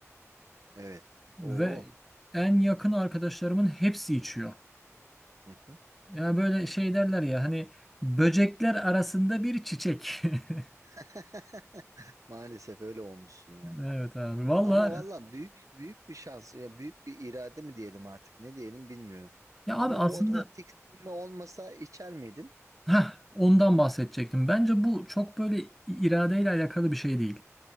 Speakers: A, on the right; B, in the centre.
A: evet.
B: ve
A: Oo.
B: en yakın arkadaşlarımın hepsi içiyor.
A: Hı hı.
B: Yani böyle şey derler ya hani böcekler arasında bir çiçek. <laughs>
A: <laughs> Maalesef öyle olmuşsun ya.
B: Evet abi valla
A: Ama valla büyük büyük bir şans ya büyük bir irade mi diyelim artık ne diyelim bilmiyorum.
B: ya abi
A: Ama
B: aslında
A: bu o, o tiksinme olmasa içer miydin?
B: Heh, ondan bahsedecektim. Bence bu çok böyle iradeyle alakalı bir şey değil.